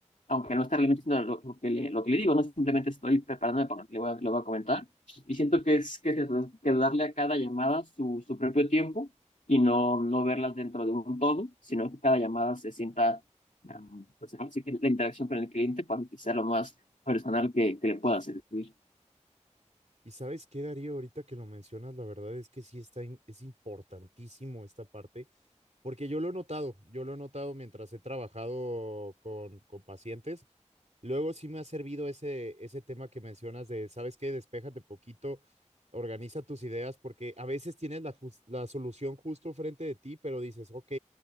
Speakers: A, on the left (about 85°); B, on the right (about 65°).
A: aunque no está realmente haciendo lo, lo que le, lo que le digo, no simplemente estoy preparándome para lo que le voy a, le voy a comentar. Y siento que es, que es eso, es que darle a cada llamada su, su propio tiempo y no, no verlas dentro de un todo, sino que cada llamada se sienta, um, pues, así que la interacción con el cliente para que sea lo más personal que, que le pueda servir.
B: Y sabes qué, Darío, ahorita que lo mencionas, la verdad es que sí está, im- es importantísimo esta parte, porque yo lo he notado, yo lo he notado mientras he trabajado con, con pacientes. Luego sí me ha servido ese, ese tema que mencionas de, ¿sabes qué? Despéjate poquito, organiza tus ideas, porque a veces tienes la, jus- la solución justo frente de ti, pero dices, ok,